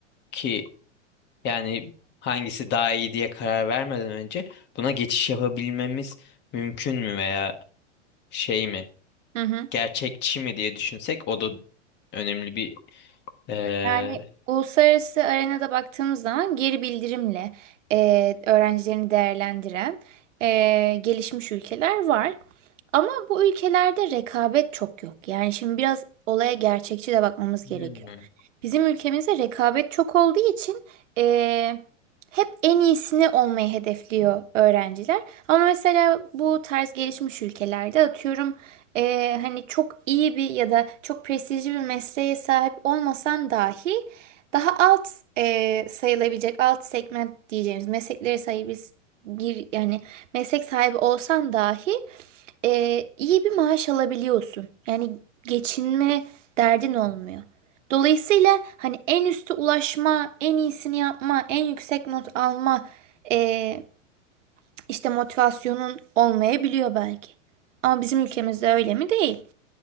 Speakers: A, on the left; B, on the right.
A: Ki yani hangisi daha iyi diye karar vermeden önce buna geçiş yapabilmemiz mümkün mü veya şey mi,
B: Hı hı. hı.
A: gerçekçi mi diye düşünsek o da önemli bir eee,
B: Yani uluslararası arenada baktığımız zaman geri bildirimle e, öğrencilerini değerlendiren e, gelişmiş ülkeler var. Ama bu ülkelerde rekabet çok yok. Yani şimdi biraz olaya gerçekçi de bakmamız gerekiyor.
A: hmm.
B: Bizim ülkemizde rekabet çok olduğu için eee, hep en iyisini olmayı hedefliyor öğrenciler. Ama mesela bu tarz gelişmiş ülkelerde atıyorum eee, hani çok iyi bir ya da çok prestijli bir mesleğe sahip olmasan dahi daha alt eee, sayılabilecek alt segment diyeceğimiz mesleklere sahibiz bir yani meslek sahibi olsan dahi e, iyi bir maaş alabiliyorsun. Yani geçinme derdin olmuyor. Dolayısıyla hani en üste ulaşma, en iyisini yapma, en yüksek not alma e, işte motivasyonun olmayabiliyor belki. Ama bizim ülkemizde öyle mi? Değil.